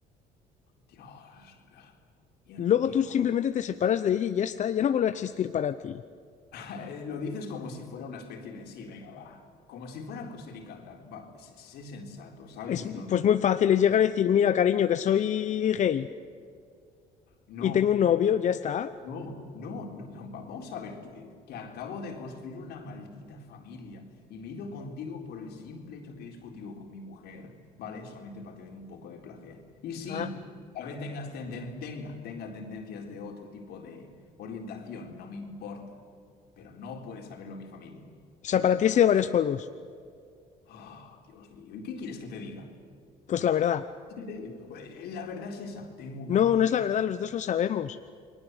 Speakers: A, on the left; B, on the left.
A: Dios, mierda,
B: Luego
A: ¿qué
B: tú
A: hago?
B: simplemente te separas de ella y ya está, ya no vuelve a existir para ti.
A: <laughs> Eh, Lo dices como si fuera una especie de sí, venga, va. Como si fuera coser y cantar. Va, sé sé sensato, sabes
B: Es
A: que lo no.
B: pues muy fácil, es llegar a decir, mira, cariño, que soy gay
A: No.
B: y tengo un novio, ya está.
A: No, no, no, no, vamos a ver, que, que acabo de construir una maldita familia y me he ido contigo por el simple hecho que he discutido con mi mujer, ¿vale? Solamente para tener un poco de placer. Y sí,
B: Ah,
A: a vez tengas tenden- tenga, tenga tendencias de otro tipo de orientación, no me importa, pero no puede saberlo mi familia,
B: o sea, para ti
A: ¿no?
B: he sido varios polvos.
A: Ah, Dios mío, ¿y qué quieres que te diga?
B: Pues la verdad.
A: ¿Qué te digo? Eh, La verdad es esa, tengo una
B: No,
A: maldita
B: no es la verdad, los dos lo sabemos.